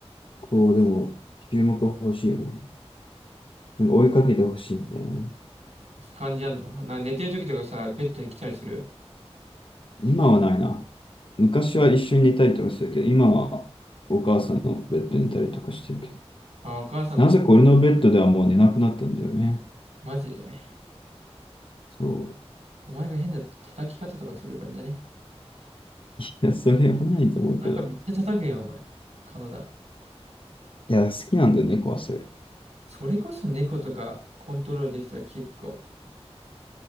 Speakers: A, on the left; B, on the right.
A: 構、でも、注目は欲しいよね。なんか追いかけて欲しいみたいなね。
B: 感じあんのな、寝てる時とかさ、ベッドに来たりする
A: 今はないな。昔は一緒に寝たりとかするけど、今はお母さんのベッドに寝たりとかしてるけど。
B: あ、お母さんと一緒。
A: なぜか俺のベッドではもう寝なくなったんだよね。
B: マジで。
A: そう。
B: お前が変な叩き方とかするからね。
A: いや、それはないと思うけど。
B: なんかめっちゃ叩くやん、お前。体。
A: いや、好きなんだよね、猫はそれ。
B: それこそ猫とかコントロールできたら結構